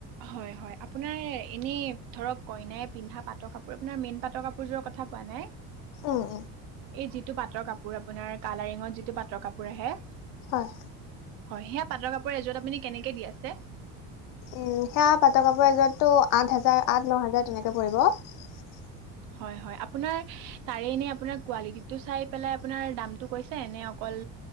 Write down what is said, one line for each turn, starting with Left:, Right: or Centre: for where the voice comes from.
Right: হয়-হয়। আপোনাৰ এনেই ধৰক কইনাই পিন্ধা পাটৰ কাপোৰ আপোনাৰ মেইন পাটৰ কাপোৰযোৰৰ কথা কোৱা নাই।
Left: উম উম
Right: এই যিটো পাটৰ কাপোৰ আপোনাৰ কালাৰিঙত যিটো পাটৰ কাপোৰ আহে।
Left: হয়।
Right: হয় সেয়া পাটৰ কাপোৰৰ এযোৰত আপুনি কেনেকে দি আছে।
Left: উম, সেয়া পাটৰ কাপোৰ এযোৰ টো আঠ হাজাৰ আঠ ন হাজাৰ তেনে। তেনেকে পাৰিব।
Right: হয়-হয় আপোনাৰ তাৰে নেই আপোনাৰ কোৱালিটিটো চাই পেলাই আপোনাৰ দামটো কৈছে নে অকল